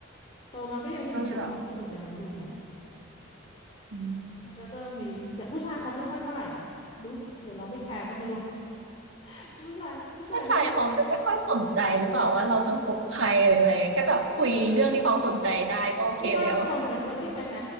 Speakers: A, on the left; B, on the right.
A: โตมาก็ยังชินกับความรู้สึกอย่างนั้นอยู่ไง
B: ก็เลยแบบอืม
A: แล้วก็มีแต่ผู้ชายเขาไม่ค่อยเท่าไหร่นะรู้หรือเราไม่แคร์ก็ไม่รู้ <laughs> ผู้ชายผู้ชายไม่เล่น
B: ผู้ชายเขาจะไม่ค่อยสนใจหรือเปล่าว่าเราจะคบใครอะไราแค่แบบคุยเรื่องที่เขาสนใจได้ก็โอเคแล้ว
A: เออก็ก็เออก็ว่างก็ตรงกันก็เอ้ยไปไหม